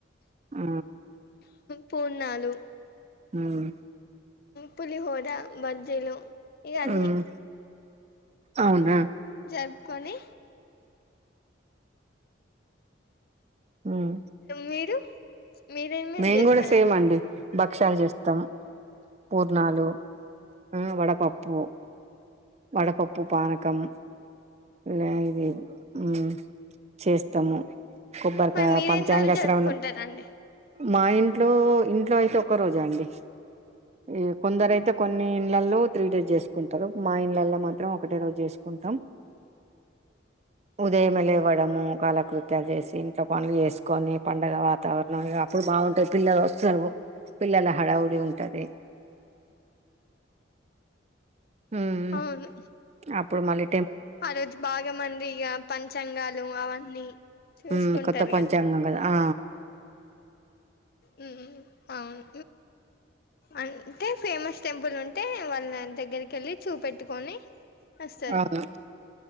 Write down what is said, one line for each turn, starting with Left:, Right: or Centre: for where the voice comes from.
Right: ఆ
Left: పూర్ణాలు
Right: హ్మ్.
Left: పులిహోర బజ్జీలు ఇగ
Right: హ్మ్.
Left: అన్ని
Right: అవునా
Left: జరుపుకొని
Right: హ్మ్.
Left: మీరు మీరేమేమి
Right: మేము
Left: చేస్తారండి
Right: కూడా సేమ్ అండి భక్ష్యాలు చేస్తాం పూర్ణాలు ఆ వడపప్పు వడపప్పు పానకం లా ఇది ఉ చేస్తాము కొబ్బరికాయ
Left: మరి మీరేన్ని
Right: పంచాంగ
Left: రోజులు జరుపుకుంటారండి
Right: శ్రవనం మా ఇంట్లో ఇంట్లో అయితే ఒక రోజే అండి ఈ కొందరు అయితే కొన్ని ఇండ్లల్లో త్రీ డేస్ చేస్ కుంటారు మా ఇంలలో మాత్రం ఒకటే రోజు చేసుకుంటాం ఉదయంమే లేవడము కాలకృ త్యలు చేసి ఇంట్లో పనులు చేసుకొని పండగ వాతావరణం ఇగ అప్పుడు బాగుంటాయి పిల్లలు వస్తారు పిల్లల హడావుడి ఉంటది ఉమ్
Left: అవును
Right: అప్పుడు మల్లి
Left: ఆ రోజు బాగా మంది ఇగ పంచాంగాలు అవన్నీ చూసుకుంటారు
Right: మ్ కొత్త పంచాంగం
Left: గద
Right: కదా ఆ
Left: మ్మ్ అవును అంటే ఫేమస్ టెంపుల్ ఉంటే వాళ్ళన దగ్గరి కెళ్ళి చూపెట్టుకొని వస్తారు
Right: అవును